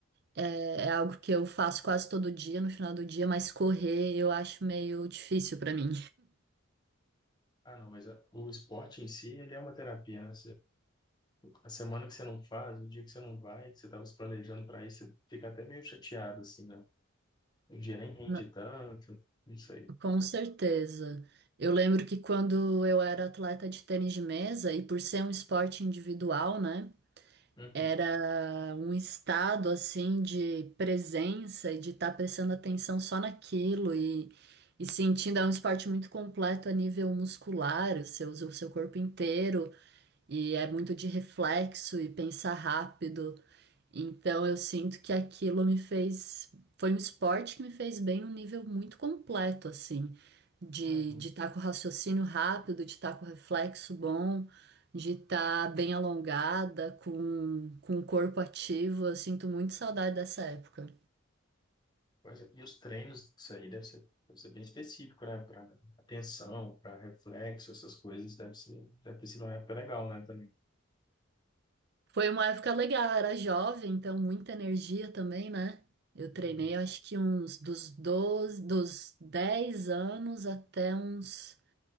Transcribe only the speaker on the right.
é, é algo que eu faço quase todo dia, no final do dia, mas correr eu acho meio difícil para mim.
<laughs> Na-
Com certeza. Eu lembro que quando eu era atleta de tênis de mesa, e por ser um esporte individual, né?
Era um estado assim de presença e de estar prestando atenção só naquilo e, e sentindo, é um esporte muito completo a nível muscular, você usa o seu corpo inteiro e é muito de reflexo e pensar rápido. Então eu sinto que aquilo me fez, foi um esporte que me fez bem num nível muito completo, assim, de
de estar com raciocínio rápido, de estar com reflexo bom, de estar bem alongada, com com o corpo ativo. Eu sinto muito saudade dessa época.
Foi uma época legal, eu era jovem, então muita energia também, né? Eu treinei
acho que uns dos doze, dos 10 anos até uns